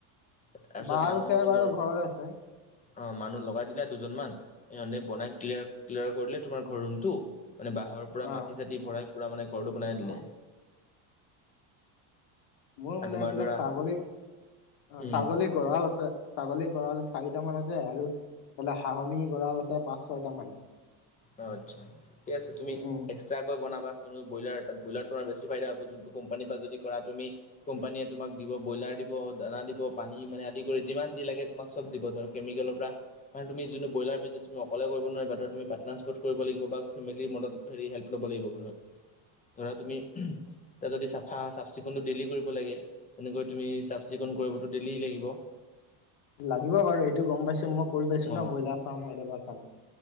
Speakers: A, on the left; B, on the left.
A: তাৰপিছত
B: বাঁহ আৰু
A: মানুহ
B: খেৰ বাৰু
A: ধৰ
B: ঘৰৰে আছে।
A: অ মানুহ লগাই দিলে দুজন মান ইহঁতে বনাই ক্লিয়াৰ ক্লিয়াৰ কৰিলে তোমাৰ ঘৰ ৰুমটো মানে বাহৰ পৰা
B: অ
A: মাটি চাতি ভৰাই পুৰা মানে ঘৰটো বনাই দিলে
B: মোৰ
A: আ
B: মানে
A: তোমাৰ
B: এইফালে
A: ধৰা
B: ছাগলী
A: উম
B: ছাগলী গৰাল আছে ছাগলী গঁৰাল চাৰিটামান আছে আৰু এইফালে হাহনি গঁৰাল আছে পাঁচ ছয়টা মান
A: অ আচ্ছা ঠিকে আছে তুমি
B: উম
A: এস্ক চাকৈ বনাবা তোনো ব্ৰইলাৰ তাত ব্ৰইলাৰ তোমাৰ বেছি ফাইদ হ'ব যোনটো কোম্পানী পা যদি কৰা তুমি কোম্পানীয়ে তোমাক দিব ব্ৰইলাৰ দিব দানা দিব পানী মানে আদি কৰি যিমান যি লাগে তোমাক চব দিব ধৰা কেমিকেলৰ পৰা মানে তুমি যোনটো ব্ৰইলাৰ বিজনেছ তুমি অকলে কৰিব নোৱাৰা ধৰা তুমি পাট পাৰ্টনাৰশ্বিপ কৰিব লাগিব বা ফেমিলীৰ মদত হেৰি হেল্প ল'ব লাগিব ঘৰত ধৰা তুমি
B: উম
A: তই যদি চাফা চাফ চিকুণটো ডেইলি কৰিব লাগে তেনেকৈ তুমি চাফ চিকুণ কৰিবতো ডেইলি লাগিব
B: লাগিব বাৰু এইটো গম পাইছো মই কৰি পাইছো
A: অ
B: না ব্ৰইলাৰ ফাৰ্মৰ এদবা কাম